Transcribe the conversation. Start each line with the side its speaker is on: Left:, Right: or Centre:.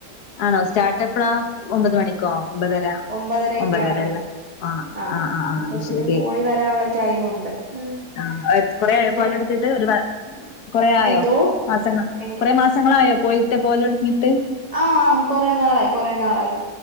Left: ആണോ സ്റ്റാർട്ടപ്പ്ളാ ഒമ്പത് മണിക്കോ ഒമ്പതര
Right: ഒമ്പതരയൊക്കെ
Left: ഒമ്പതരയല്ലേ
Right: ആവുമ്പോ
Left: ആ
Right: ആഹ്
Left: ആ ആ ആ
Right: അപ്പൊ പിന്നെ
Left: ശരി
Right: പോയി വരാനുള്ള ടൈമുണ്ട് ഉം
Left: ആ കൊറ
Right: ഇതിന്
Left: ആയപ്പോല പിന്നെ ഒരു വർ കുറെ ആയോ
Right: എന്തോ
Left: മാസങ്ങൾ
Right: എ
Left: കുറെ മാസങ്ങളായോ പോയിട്ട് പോലൊടിഞ്ഞിട്ട്
Right: ആഹ കൊറെ നാളായി കൊറെ നാളായി